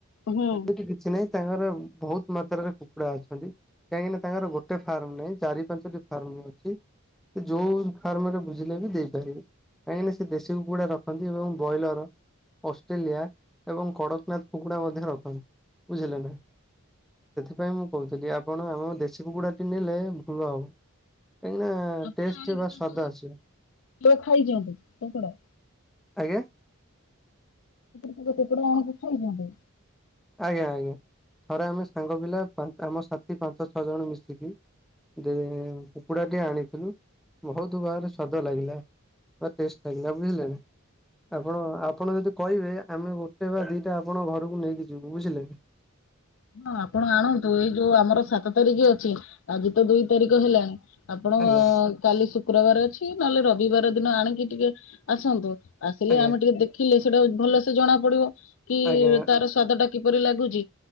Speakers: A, on the left (about 60°); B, in the centre.
A: ହୁଁ
B: ସେମିତି କିଛି ନାଇଁ ତାଙ୍କର ବହୁତ ମାତ୍ରାରେ କୁକୁଡା ଅଛନ୍ତି, କାହିଁକିନା ତାଙ୍କର ଗୋଟେ ଫାର୍ମ ନାଇଁ। ଚାରି ପାଞ୍ଚଟି ଫାର୍ମ ଅଛି। ସେ ଯୋଉ ଫାର୍ମରେ ବୁଝିଲେ ବି ଦେଇପାରିବେ, କାହିଁକିନା ସେ ଦେଶୀ କୁକୁଡା ରଖନ୍ତି ଏବଂ ବ୍ରଏଲର ଅଷ୍ଟ୍ରେଲିଆ ଏବଂ କଡକନାଥ କୁକୁଡା ମଧ୍ୟ ରଖନ୍ତି। ବୁଝିଲେ ନା ସେଥିପାଇଁ ମୁଁ କହୁଥିଲି ଆ ଆପଣ ଆମ ଦେଶୀ କୁକୁଡ଼ାଟି ନେଲେ ଭଲ ହବ। କାହିଁକି ନା
A: ଆପଣ
B: ଟେଷ୍ଟ
A: ଆଣିକି
B: ବା
A: ତାଙ୍କ
B: ସ୍ଵାଦ ଆସିବ।
A: କେବେ ଖାଇଚନ୍ତି କଙ୍କଡା?
B: ଆଜ୍ଞା?
A: କେବେ କୁକୁଡା ଆଣିକି ଖାଇଚନ୍ତି?
B: ଆଜ୍ଞା ଆଜ୍ଞା ଥରେ ଆମେ ସାଙ୍ଗ ପିଲା ଆମ ସାଥି ପାଞ୍ଚ ଛଅଜଣ ମିଶିକି ଦେ କୁକୁଡ଼ାଟି ଆଣିଥିଲୁ, ବହୁତ ବାହାରେ ସ୍ଵାଦ ଲାଗିଲା। ବ ଟେଷ୍ଟ ଲାଗିଲା ବୁଝିଲେ ନା ଆପଣ ଆପଣ ଯଦି କହିବେ ଆମେ ଗୋଟେ ବା ଦିଟା ଆପଣଙ୍କ ଘରୁକୁ ନେଇକି ଯିବୁ ବୁଝିଲେ।
A: ହଁ ଆପଣ ଆଣନ୍ତୁ ଏଇ ଯୋଉ ଆମର ସାତ ତାରିଖ ଅଛି ଆଜି ତ ଦୁଇ ତାରିଖ ହେଲାଣି। ଆପଣ
B: ଆଜ୍ଞା
A: କାଲି ଶୁକ୍ରବାରେ ଅଛି ନହେଲେ ରବିବାର ଦିନ ଆଣିକି ଟିକେ ଆସନ୍ତୁ। ଆସିଲେ
B: ଆଜ୍ଞା
A: ଆମେ ଟିକେ ଦେଖିଲେ ସେଇଟା ଭଲସେ ଜଣାପଡିବ କି
B: ଆଜ୍ଞା
A: ତାର ସ୍ଵାଦଟା କିପରି ଲାଗୁଚି